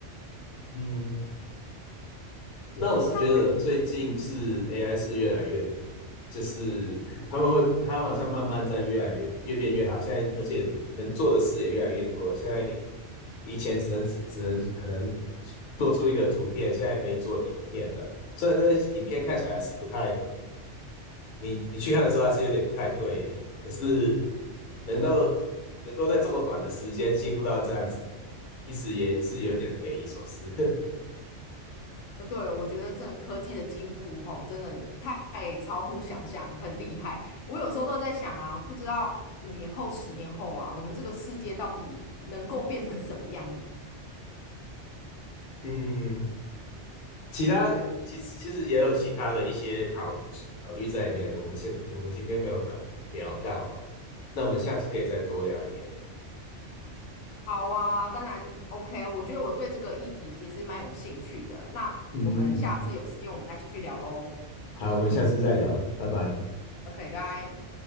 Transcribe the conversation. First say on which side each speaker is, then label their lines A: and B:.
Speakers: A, on the left; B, on the left.
A: 嗯那我是觉得最近是
B: 那这样嗯
A: AI 是越来越，就是他们会，他们好像慢慢在越来越越变越好。现在而且能做的事也越来越多了现在以前只能只能可能做出一个图片，现在可以做影片了。虽然那个影片看起来还是不太，你你去看的时候还是有点不太对，可是能够能够在这么短的时间进步到这样子，其实也是有点匪夷所思。<laughs>
B: 呃，对，我觉得真的科技的进步吼，真的太超乎想象，很厉害。我有时候都在想啊，不知道五年后、十年后啊，我们这个世界到底能够变成什么样子？
A: 嗯嗯嗯其他其实其实也有其他的一些考考虑在里面，我们现在我们今天没有聊聊到哦，那我们下次可以再多聊一点。
B: 好啊，当然 OK，我觉得我对这个议题其实蛮有兴趣的。那我们下次有时间，
A: 嗯嗯嗯，
B: 我们再继续聊喽。
A: 好，我们下次再聊，拜拜。
B: OK，拜。